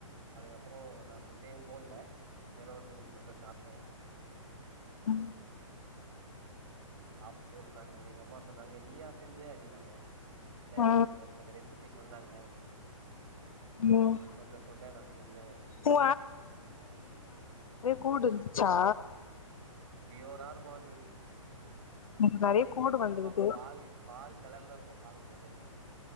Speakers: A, on the right; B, on the left.
A: அதுக்கப்புறோ நா முட்டையு போல்ல வெறு நூடுல்ஸ் மட்டு சாப்ட்டே
B: உம்
A: சாப்ட்டு உக்காந்து எங்க அம்மா சொன்னாங்க நீயா செஞ்ச அப்டின்னாங்க இல்ல
B: ஆ
A: எனக்கு ஒருத்தங்க ரெசிபி சொன்னாங்க
B: ம்
A: அவுங்க சொல்ல சொல்ல நா செஞ்சே அப்பிடின்டு
B: உ கூடு இருந்துச்சா
A: பியோரா இருக்கு‌ அது
B: எனக்கு நெறைய
A: நீ
B: கோடு
A: வர
B: வந்துருது
A: சும்மா பால் பால் கலர்ல இருக்கு பாக்கு போதே